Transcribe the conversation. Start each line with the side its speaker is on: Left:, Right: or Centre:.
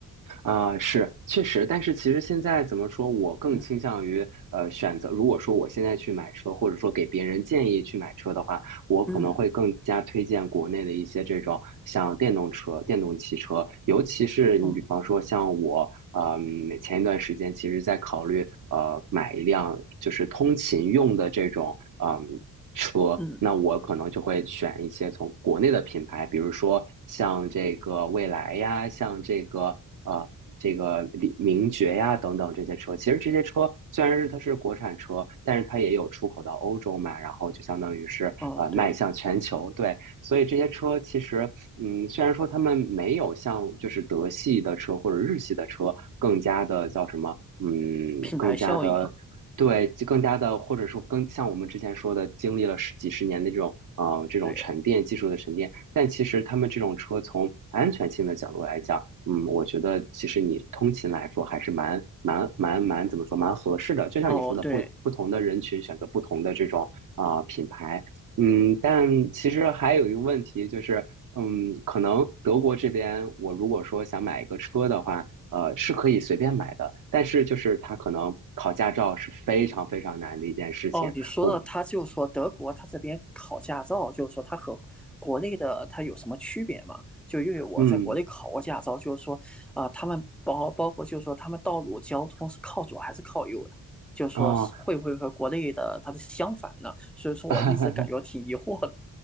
Right: 啊、是确实，但是其实现在怎么说，我更倾向于呃选择。
Centre: 嗯
Right: 如果说我现在去买车，或者说给别人建议去买车的话，我可能会更加推荐国内的一些这种像电动车、
Centre: 嗯
Right: 电动汽车，尤其是你比方说像我，
Centre: 嗯
Right: 呃嗯、前一段时间其实在考虑呃买一辆就是通勤用的这种。嗯车，
Centre: 嗯嗯
Right: 那我可能就会选一些从国内的品牌，比如说像这个蔚来呀，像这个呃这个李名爵呀等等这些车。其实这些车虽然是它是国产车，但是它也有出口到欧洲嘛，然后就相当于是呃迈向全球。
Centre: 哦、呃对，
Right: 对，所以这些车其实嗯，虽然说他们没有像就是德系的车或者日系的车更加的叫什么。嗯，
Centre: 品牌效应。
Right: 更加的对，就更加的，或者说更像我们之前说的，经历了十几十年的这种呃这种沉淀技术的沉淀。
Centre: 对，
Right: 但其实他们这种车从安全性的角度来讲，嗯，我觉得其实你通勤来说还是蛮蛮蛮蛮怎么说蛮合适的。就像你说的，
Centre: 哦，对，
Right: 不不同的人群选择不同的这种啊、呃品牌，嗯，但其实还有一个问题就是，嗯，可能德国这边我如果说想买一个车的话。呃是可以随便买的，但是就是他可能考驾照是非常非常难的一件事情。
Centre: 哦，你说到他就说德国他这边考驾照，
Right: 我
Centre: 就是说他和国内的他有什么区别嘛？就因为我在国内考过驾照，
Right: 嗯
Centre: 就是说啊、他们包包括就是说他们道路交通是靠左还是靠右的，就是说是会不会和国内的它是相反呢？
Right: 哦，
Centre: 所以说我一直感觉挺疑惑的。
Right: <laughs>